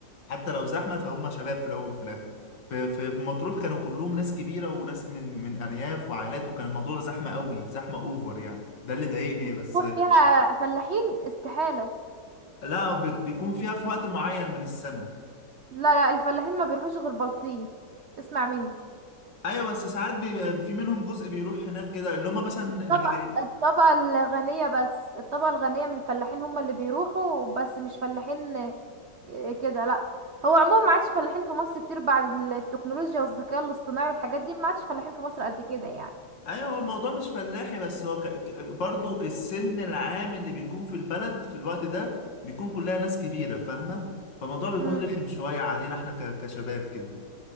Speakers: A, on the left; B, on the right.
A: حتى لو زحمة فهم شباب في الأول وفي الآخر في في في مطروح كانوا كلهم ناس كبيرة وناس من من أرياف وعائلات وكان الموضوع زحمة قوي زحمة أوفر يعني ده اللي ضايقني
B: مطروح
A: بس
B: فيها فلاحين استحالة
A: لا بي- بيكون فيها في وقت معين من السنة
B: لا لا الفلاحين ما بيروحوش غير بلطيم اسمع مني
A: ايوه بس ساعات بيبقى في منهم جزء بيروح هناك كده اللي هم مثلا
B: الطبقة
A: اللي جاي
B: الطبقة الغنية بس الطبقة الغنية من الفلاحين هم اللي بيروحوا بس مش فلاحين آه، كده لا هو عموما ما عادش فلاحين في مصر كتير بعد التكنولوجيا والذكاء الاصطناعي والحاجات دي ما عادش فلاحين في مصر قد كده يعني
A: ايوه هو الموضوع مش فلاحي بس هو ك... ك- برضو السن العام اللي بيكون في البلد في الوقت ده بيكون كلها ناس كبيرة فاهمة فالموضوع بيكون
B: مم.
A: رخم شوية علينا احنا ك... كشباب كده